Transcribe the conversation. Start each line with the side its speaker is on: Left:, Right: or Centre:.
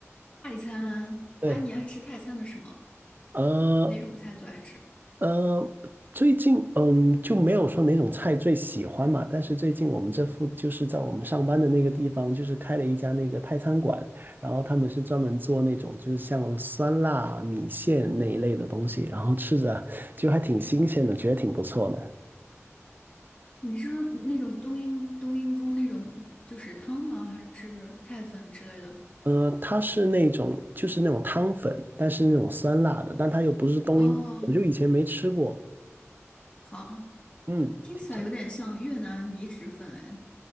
Left: 泰餐。
Right: 对，
Left: 啊，你爱吃泰餐的什么？
Right: 呃，
Left: 哪种菜最爱吃？
Right: 呃，最近嗯就没有说哪种菜最喜欢嘛，但是最近我们这附就是在我们上班的那个地方，就是开了一家那个泰餐馆，然后他们是专门做那种就是像酸辣米线那一类的东西，然后吃着就还挺新鲜的，觉得挺不错的。
Left: 你是说那种冬阴冬阴功那种就是汤吗？还是泰粉之类的？
Right: 呃，它是那种就是那种汤粉，但是那种酸辣的，但它又不是冬阴，
Left: 哦，
Right: 我就以前没吃过，
Left: 好，
Right: 嗯。
Left: 听起来有点像越南米脂粉哎，
Right: 挺